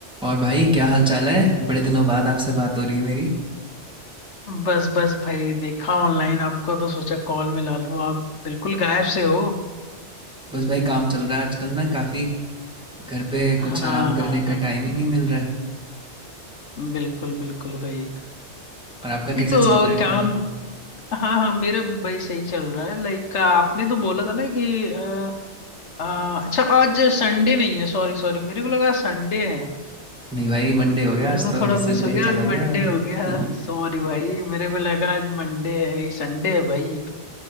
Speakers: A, in the centre; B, on the left.
A: और भाई क्या हाल चाल है बड़े दिनों बाद आपसे बात हो रही है मेरी
B: बस बस भाई देखा ऑनलाइन आपको तो सोचा कॉल मिला लूं आप बिल्कुल गायब से हो
A: बस भाई काम चल रहा है आजकल ना काफ़ी घर पे
B: हाँ
A: कुछ आराम
B: हाँ
A: करने
B: हाँ
A: का टाइम ही नहीं मिल रहा है
B: बिल्कुल बिल्कुल भाई
A: और आपका
B: नहीं
A: कैसे
B: तो
A: चल रहा है
B: काम
A: काम
B: हाँ हाँ मेरा भी भाई सही चल रहा है लाइक आपने तो बोला था ना कि अ, अ, अच्छा आज संडे नहीं है सॉरी सॉरी मेरे को लगा संडे है
A: नहीं भाई मंडे हो गया
B: मेरे
A: आज
B: को
A: तो
B: थोड़ा मिस
A: संडे
B: हो गया
A: चला
B: आज
A: गया
B: मंडे हो गया
A: <laughs>
B: सॉरी भाई मेरे को लगा आज मंडे है ये संडे है भाई